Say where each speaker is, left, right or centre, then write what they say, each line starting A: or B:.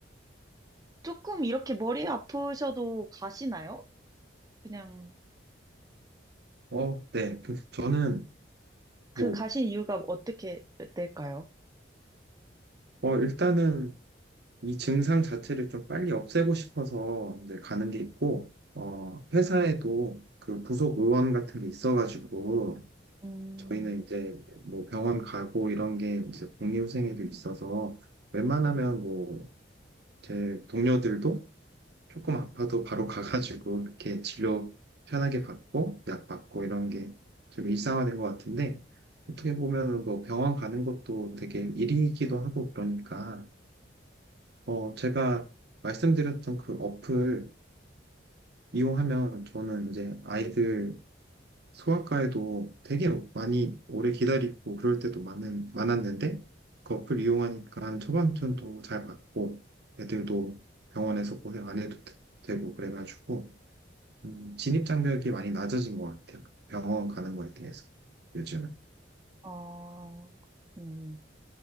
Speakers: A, on the right; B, on the right.
A: 조금 이렇게 머리 아프셔도 가시나요? 그냥
B: 어, 네. 그 저는 뭐,
A: 그 가신 이유가 어떻게 될까요?
B: 어, 일단은 이 증상 자체를 좀 빨리 없애고 싶어서 이제 가는 게 있고, 어, 회사에도 그 부속 의원 같은 게 있어가지고,
A: 음,
B: 저희는 이제 뭐 병원 가고 이런 게 이제 공이후생에도 있어서, 웬만하면
A: 음.
B: 뭐 제 동료들도 조금 아파도 바로 가가지고 이렇게 진료 편하게 받고, 약 받고 이런 게 좀 일상화된 것 같은데, 어떻게 보면은 뭐 병원 가는 것도 되게 일이기도 하고 그러니까, 어, 제가 말씀드렸던 그 어플 이용하면 저는 이제 아이들 소아과에도 되게 많이 오래 기다리고 그럴 때도 많은, 많았는데 그 어플 이용하니까 처방전도 잘 받고 애들도 병원에서 고생 안 해도 되- 되고 그래가지고 음, 진입장벽이 많이 낮아진 것 같아요. 병원 가는 거에 대해서 요즘은.
A: 어, 음,